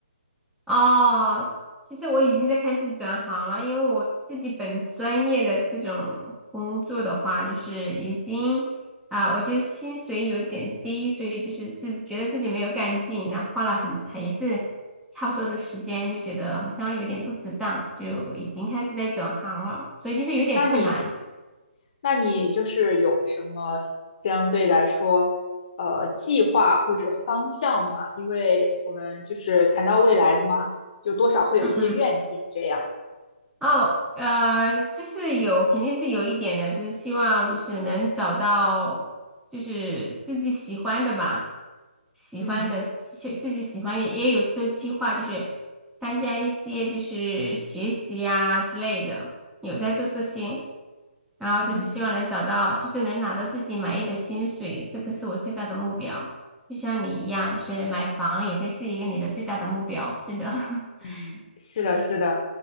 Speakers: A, in the centre; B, on the left.
A: 哦，其实我已经在开始转行了，因为我自己本专业的这种工作的话，就是已经啊、我觉得薪水有点低，所以就是自觉得自己没有干劲，然后花了很还也是差不多的时间，就觉得好像有点不值当，就已经开始在转行了，所以就是有点困难。
B: 那你那你就是有什么相对来说呃计划或者方向吗？因为我们就是谈到未来的嘛，就多少会有一些愿景这样。
A: 嗯哦，呃，就是有，肯定是有一点的，就是希望就是能找到就是自己喜欢的吧，喜欢的，
B: 嗯。
A: 喜自己喜欢也也有做计划，就是参加一些就是学习呀、之类的，有在做这些，然后就是希望能找到，
B: 嗯。
A: 就是能拿到自己满意的薪水，这个是我最大的目标。就像你一样，就是买房也会是一个你的最大的目标，真的。<laughs>
B: 嗯，是的，是的，